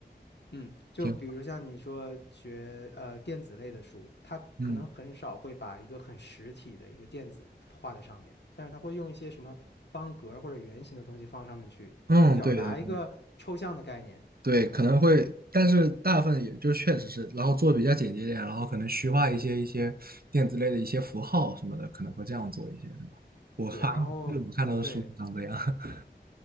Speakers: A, on the left (about 75°); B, on the right (about 60°).
A: 嗯，就比如像你说学呃电子类的书，
B: 挺好。
A: 它可能很少会把一个很实体的一个电子画在上面，
B: 嗯
A: 但是它会用一些什么方格或者圆形的东西放上面去表达一个抽象的概念。
B: 嗯，对对对，可能会，但是大部分也就确实是，然后做的比较简洁一点，然后可能虚化一些一些电子类的一些符号什么的，可能会这样做一些，对吧？我看
A: 对，然后。
B: 我看到的书长这样。
A: 对，
B: <laughs>